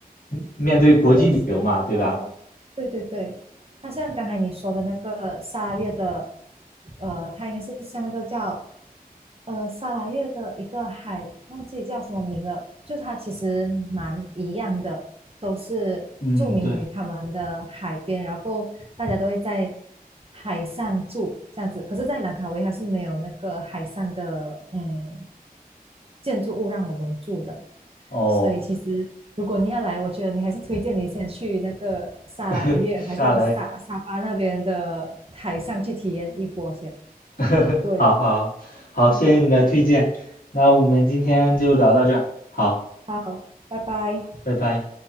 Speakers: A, on the left (about 65°); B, on the right (about 40°).
A: 嗯面对国际旅游嘛，
B: 它就像那个，
A: 对吧？
B: 对对对，它像刚才你说的那个沙拉月的，呃，它应该是像那个叫，呃，沙拉月的一个海，忘记叫什么名了，就它其实蛮一样的，都是著名于他们的海边，
A: 嗯，对，
B: 然后大家都会在海上住这样子，可是，在兰卡威它是没有那个海上的，嗯，建筑物让我们住的。
A: 哦，
B: 所以其实如果你要来，我觉得你还是推荐你先去那个沙拉月，
A: <laughs> 下来，
B: 还是沙沙巴那边的海上去体验一波先。
A: <laughs>
B: 对，
A: 好好好，
B: 真的，
A: 谢谢你的推荐，那我们今天就聊到这儿，好，
B: 好，拜拜。
A: 拜拜。